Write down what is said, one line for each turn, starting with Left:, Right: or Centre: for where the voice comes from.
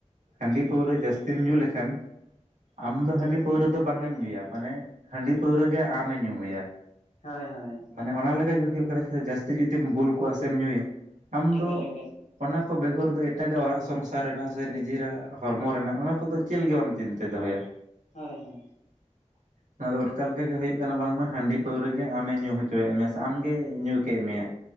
Right: ᱦᱟᱺᱰᱤ ᱯᱟᱹᱣᱨᱟᱹ ᱡᱟᱹᱥᱛᱤᱢ ᱧᱩ ᱞᱮᱠᱷᱟᱱ, ᱟᱢ ᱫᱚ
Left: ᱮᱠᱟᱞ
Right: ᱦᱟᱺᱰᱤ ᱯᱟᱹᱣᱨᱟᱹ ᱫᱚ ᱵᱟᱝ ᱮᱢ ᱧᱩᱭᱟ ᱾ ᱢᱟᱱᱮ ᱦᱟᱺᱰᱤ ᱯᱟᱹᱣᱨᱟᱹ ᱜᱮ ᱟᱢᱮ ᱧᱩᱢᱮᱭᱟ ᱾
Left: ᱦᱳᱭ ᱦᱳᱭ
Right: ᱢᱟᱱᱮ ᱚᱱᱟ ᱞᱮᱠᱟᱜᱮ ᱦᱩᱭᱩᱜ ᱠᱟᱱᱟ ᱡᱟᱹᱥᱛᱤ ᱡᱩᱫᱤᱢ ᱵᱩᱞ ᱠᱚᱜᱼᱟ ᱥᱮᱢ ᱧᱩᱭᱟ ᱟᱢ
Left: ᱮᱠᱟᱞ
Right: ᱫᱚ
Left: ᱮᱠᱟᱞ
Right: ᱚᱱᱟ ᱠᱚ ᱵᱮᱜᱚᱨ ᱫᱚ ᱮᱴᱟᱜᱟᱜ ᱚᱲᱟᱜ ᱥᱚᱝᱥᱟᱨ ᱨᱮᱱᱟᱜ ᱥᱮ ᱱᱤᱡᱮᱨᱟᱜ ᱦᱚᱲᱢᱚ ᱨᱮᱱᱟᱜ ᱚᱱᱟ ᱠᱚᱫᱚ ᱪᱮᱫ ᱞᱮᱠᱟ ᱵᱟᱢ ᱪᱤᱱᱛᱟᱹ ᱫᱚᱦᱚᱭᱟ
Left: ᱦᱳᱭ ᱦᱳᱭ
Right: <inaudible> ᱱᱚᱣᱟ ᱫᱚ ᱚᱱᱠᱟ ᱞᱮ ᱞᱮᱠᱟ ᱜᱮ ᱦᱩᱭᱩᱜ ᱠᱟᱱᱟ ᱵᱟᱝᱢᱟ ᱦᱟᱺᱰᱤ ᱯᱟᱹᱣᱨᱟᱹ ᱜᱮ ᱟᱢᱮ ᱧᱩ ᱦᱚᱪᱚᱭᱮᱫ ᱢᱮᱭᱟ ᱥᱮ ᱟᱢ ᱜᱮ ᱧᱩ ᱠᱮᱜ ᱢᱮᱭᱟ